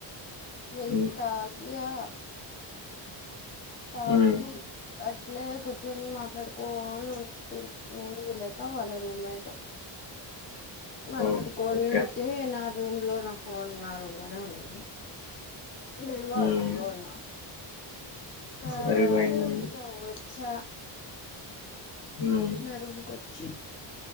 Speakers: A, on the left; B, on the left.
A: మిల్క్
B: ఉమ్,
A: తాగ్యా తాగీ
B: ఉమ్,
A: అట్ అట్లే కూచ్చోని మాట్లాడుకోనుంటిమి నేను విలేక ఆళ్ళ రూమ్మేటు మాట్లాడుకోవలంటే
B: ఓ- ఓకే
A: నాక్ రూమ్ లో నా ఫోన్ నా రూమ్ లోనే ఉన్నింది నేను వాల్
B: ఉమ్,
A: రూమ్లో ఉన్నా తర్వాత
B: సరిపోయిందండి
A: ఇంక వచ్చా
B: ఉమ్,
A: నా రూమ్ కొచ్చి